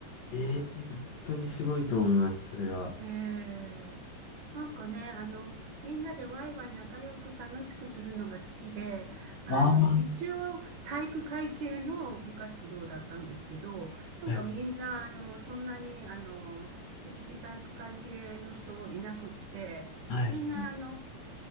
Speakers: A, on the left; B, on the right.
A: えー、
B: はい。
A: 本当にすごいと思います、それは。
B: ええ。なんかね、あの、みんなでワイワイ仲良く楽しくするのが好きで、あの、
A: ああ。は
B: 一応体育会系の部活動だったんですけど、なんかみんな、
A: い
B: あの、そんなに、あの、きちきち体育会系の人いなくって、
A: はい。
B: みんな、あの、